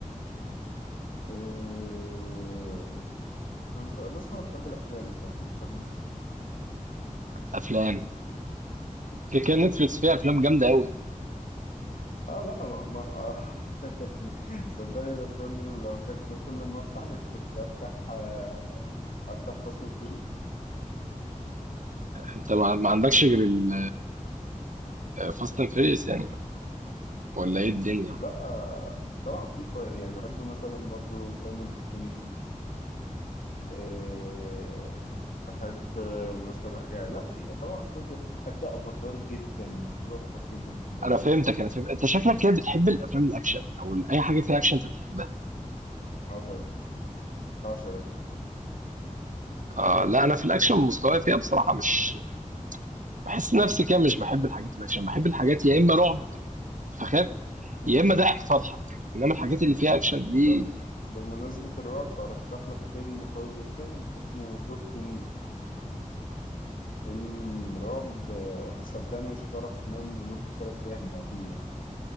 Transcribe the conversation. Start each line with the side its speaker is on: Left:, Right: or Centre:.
Left: أه... مسلسل بص انا بحب الافلام بصراحة مش بحب المسلسلات
Right: افلام كده كده نتفليكس فيها افلام جامده قوي
Left: اه لا ما, ما آه <laughs> يعني صدقني لو تقول لي لو قلت لك إن كل ما افتح نتفليكس افتح آه، افتح فاست اند فيوريوس
Right: انت ما ما عندكش غير ال فاست اند فيريس يعني ولا ايه الدنيا
Left: لا آه، طبعا في ف- يعني بحب مثلا برضو فاينل ديستنيشن آه، بحب آه، مثلا يعني لا في طبعا افلام كده بحب افاتار جدا بحب افاتار جدا بحبها
Right: انا
Left: يعني
Right: فهمتك انا فهمت انت شكلك كده بتحب الافلام الاكشن او ال- اي حاجه فيها اكشن انت بتحبها
Left: اه طبعا بعشق الأكشن.
Right: آه لا انا في الاكشن مستواي فيها بصراحه مش بحس نفسي كده مش بحب الحاجات الاكشن بحب الحاجات يا اما رعب فخاف
Left: مم.
Right: يا اما ضحك فاضحك انما الحاجات اللي فيها اكشن دي
Left: طب بمناسبة الرعب أرشح لك فيلم قوي جدا اسمه توك تو مي فيلم رعب آه، صدقني مش هتعرف تنام لمدة تلات أيام بعديها